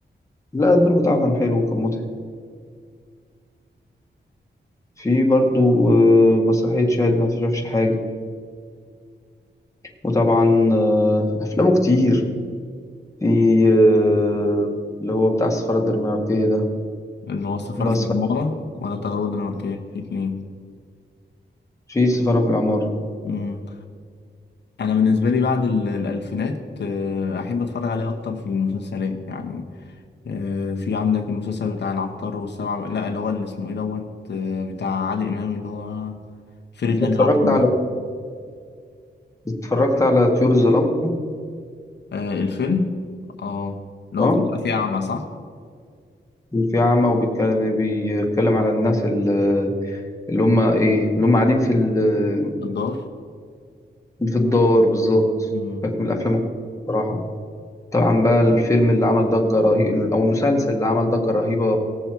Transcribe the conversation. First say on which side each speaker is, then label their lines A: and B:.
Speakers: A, on the left; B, on the left.
A: لا الدور بتاعه كان حلو وكان مضحك في برضه آه، مسرحية شاهد ما شافش حاجة وطبعا آه، أفلامه كتير في آه، اللي هو بتاع السفارة الدنماركية ده
B: اللي هو السفاره
A: اللي
B: في
A: هو السفارة
B: العماره ولا التجربه الدنماركيه في اتنين
A: في السفارة في العمارة
B: امم انا بالنسبه لي بعد ال- الالفينات آه، احب اتفرج عليه اكتر في المسلسلات يعني آه، في عندك المسلسل بتاع العطار والسبع لا اللي هو اللي اسمه ايه دوت آه، بتاع عادل امام اللي هو فرقة ناجي
A: اتفرجت
B: عطا الله
A: على اتفرجت على طيور الظلام
B: آه، الفيلم اه اللي
A: اه
B: هو كان طالع فيه اعمى صح
A: كان في أعمى وبيتكلم بيتكلم على الناس ال- اللي هم إيه اللي هم قاعدين في ال-
B: في الدار
A: في الدار بالظبط
B: مم.
A: كانت من الأفلام الكويسة بصراحة طبعا بقى الفيلم اللي عمل ضجة رهيبة أو المسلسل اللي عمل ضجة رهيبة